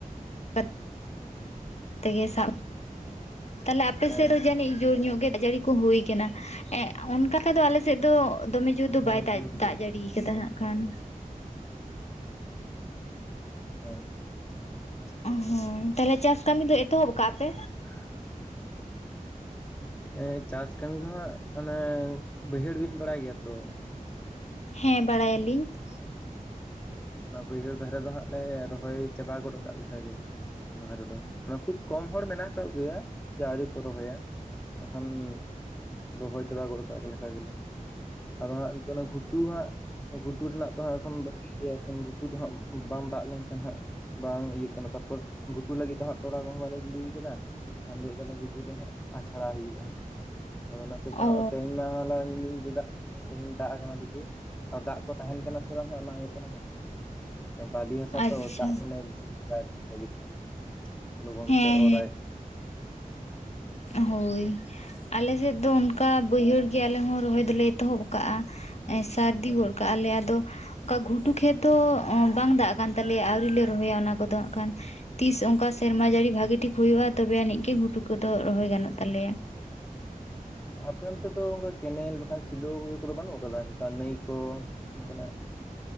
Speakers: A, on the left; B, on the left.
A: ᱠᱟᱛᱮ ᱜᱮ ᱥᱟᱵ ᱛᱟᱦᱞᱮ ᱟᱯᱮᱥᱮᱫ
B: ᱦᱮᱸ
A: ᱡᱟᱹᱱᱤᱡ ᱡᱩᱨ ᱧᱚᱜ ᱜᱮ ᱡᱟᱹᱲᱤ ᱠᱚ ᱦᱩᱭ ᱟᱠᱟᱱᱟ ᱾ ᱚᱱᱠᱟ ᱛᱮᱫᱚ ᱟᱞᱮᱥᱮᱫ ᱫᱚ ᱫᱚᱢᱮ ᱡᱳᱨ ᱫᱚ
B: ᱦᱮᱸ
A: ᱵᱟᱭ ᱫᱟᱜ
B: ᱡᱳᱨ
A: ᱫᱟᱜ
B: ᱜᱮ
A: ᱡᱟᱹᱲᱤ ᱟᱠᱟᱫᱟ ᱦᱟᱜ ᱠᱷᱟᱱ
B: ᱦᱚᱭ
A: ᱚ ᱦᱚᱸ ᱛᱟᱦᱚᱞᱮ ᱪᱟᱥ ᱠᱟᱹᱢᱤ ᱫᱚ ᱮᱛᱚᱦᱚᱵ ᱠᱟᱜ-ᱟ ᱯᱮ
B: <unintelligible> ᱦᱮᱸ ᱪᱟᱥ ᱠᱟᱹᱢᱤ ᱫᱚ ᱦᱟᱸᱜ ᱚᱱᱮ ᱵᱟᱹᱭᱦᱟᱹᱲ ᱵᱤᱱ ᱵᱟᱲᱟᱭ ᱜᱮᱭᱟ ᱛᱚ?
A: ᱦᱮᱸ ᱵᱟᱰᱟᱭᱟᱞᱤᱧ ᱾
B: ᱚᱱᱟ ᱵᱟᱹᱭᱦᱟᱹᱲ ᱫᱷᱟᱨᱮ ᱫᱚ ᱦᱟᱸᱜ ᱞᱮ ᱨᱚᱦᱚᱭ ᱪᱟᱵᱟ ᱜᱚᱫ ᱟᱠᱟᱜ ᱞᱮᱠᱟᱜᱮ ᱾ ᱚᱱᱟ ᱫᱷᱟᱨᱮ ᱫᱚ ᱾ ᱟᱫᱚ ᱠᱷᱩᱵ ᱠᱚᱢ ᱦᱚᱲ ᱢᱮᱱᱟᱜ ᱟᱠᱟᱫ ᱠᱚᱜᱮᱭᱟ ᱡᱮ ᱟᱹᱣᱨᱤ ᱠᱚ ᱨᱚᱦᱚᱭᱟ ᱾ ᱵᱟᱠᱷᱟᱱ ᱨᱚᱦᱚᱭ ᱪᱟᱵᱟ ᱜᱚᱫ ᱟᱠᱟᱜ ᱞᱮᱠᱟ ᱜᱮᱞᱮ ᱾ ᱟᱫᱚ ᱦᱟᱸᱜ ᱱᱤᱛᱚᱜ ᱚᱱᱟ ᱜᱷᱩᱴᱩ ᱦᱟᱸᱜ ᱜᱷᱩᱴᱩ ᱨᱮᱱᱟᱜ ᱫᱚ ᱦᱟᱸᱜ ᱮᱠᱷᱚᱱ ᱵᱟᱹᱠᱤ ᱜᱮᱭᱟ ᱾ ᱜᱷᱩᱴᱩ ᱫᱚ ᱦᱟᱸᱜ ᱵᱟᱝ ᱫᱟᱜ ᱞᱮᱱᱠᱷᱟᱱ ᱦᱟᱸᱜ ᱾ ᱵᱟᱝ ᱤᱭᱟᱹᱜ ᱠᱟᱱᱟᱜ ᱛᱟᱯᱚᱨ ᱜᱷᱩᱴᱩ ᱞᱟᱹᱜᱤᱫ ᱛᱚ ᱦᱟᱸᱜ ᱛᱚᱞᱟ ᱠᱚᱦᱚᱸ ᱵᱟᱞᱮ ᱜᱤᱰᱤ ᱟᱠᱟᱫᱟ ᱾ ᱮᱱᱠᱷᱟᱱ ᱞᱟᱹᱭ ᱮᱟᱫᱟᱞᱮ ᱜᱷᱩᱴᱩ ᱫᱚ ᱦᱟᱜ ᱟᱪᱷᱲᱟ ᱦᱩᱭᱩᱜᱼᱟ ᱾ ᱚᱱᱟ ᱥᱮᱛᱟᱜ
A: ᱚ
B: ᱛᱮᱦᱮᱧ ᱢᱟ ᱦᱚᱞᱟ ᱢᱤᱫ ᱧᱤᱫᱟᱹ ᱫᱟᱜ ᱮ ᱛᱮᱦᱮᱧ ᱫᱟᱜ ᱟᱠᱟᱱᱟ ᱾ ᱫᱟᱜ ᱠᱚ ᱛᱟᱦᱮᱱ ᱠᱟᱱᱟ ᱥᱮ ᱵᱟᱝ ᱚᱱᱟ ᱦᱩᱭᱩᱜ ᱠᱟᱱᱟ ᱠᱟᱛᱷᱟ ᱾ ᱟᱪᱪᱷᱟ ᱵᱟᱞᱤ ᱦᱟᱥᱟ
A: ᱟᱪᱪᱷᱟ
B: ᱛᱚ ᱫᱟᱜ ᱢᱟᱱᱮ ᱵᱮᱥᱤ ᱞᱟᱜᱤᱫᱚᱜᱼᱟ ᱞᱚᱜᱚᱱ
A: ᱦᱮᱸ
B: ᱛᱮ ᱚᱨᱟᱭ
A: ᱦᱳᱭ ᱟᱞᱮ ᱥᱮᱫ ᱫᱚ ᱚᱱᱠᱟ ᱵᱟᱹᱭᱦᱟᱹᱲ ᱜᱮ ᱟᱞᱮ ᱦᱚᱸ ᱨᱚᱦᱚᱭ ᱫᱚᱞᱮ ᱮᱛᱚᱦᱚᱵ ᱟᱠᱟᱜᱼᱟ ᱾ ᱥᱟᱹᱨᱫᱤ
B: ᱦᱮᱸ᱾
A: ᱜᱚᱫ ᱟᱠᱟᱫ ᱟᱞᱮ ᱟᱫᱚ ᱚᱱᱠᱟ ᱜᱷᱩᱴᱩ ᱠᱷᱮᱛ ᱫᱚ ᱵᱟᱝ ᱫᱟᱜ ᱟᱠᱟᱱ ᱛᱟᱞᱮᱭᱟ ᱾ ᱟᱹᱣᱨᱤ ᱞᱮ ᱨᱚᱦᱚᱭᱟ ᱚᱱᱟ ᱠᱚᱫᱚ ᱦᱟᱸᱜ ᱠᱷᱟᱱ ᱛᱤᱥ ᱚᱱᱠᱟ ᱥᱮᱨᱢᱟ ᱡᱟᱹᱲᱤ ᱵᱷᱟᱜᱤ ᱴᱷᱤᱠ ᱦᱩᱭᱩᱜᱼᱟ ᱾ ᱛᱚᱵᱮ ᱟᱹᱱᱤᱡ ᱜᱮ ᱜᱷᱩᱴᱩ ᱠᱚᱫᱚ ᱨᱚᱦᱚᱭ ᱜᱟᱱᱚᱜ ᱛᱟᱞᱮᱭᱟ ᱾
B: ᱛᱚ ᱟᱯᱮ ᱚᱱᱛᱮ ᱫᱚ ᱚᱱᱠᱟ ᱠᱮᱱᱮᱞ ᱵᱟᱠᱷᱟᱱ ᱥᱮᱞᱳ ᱤᱭᱟᱹ ᱠᱚᱫᱚ ᱵᱟᱹᱱᱩᱜ ᱟᱠᱟᱫᱟ ᱚᱱᱠᱟ ᱱᱟᱹᱭ ᱠᱚ? ᱚᱱᱠᱟᱱᱟᱜ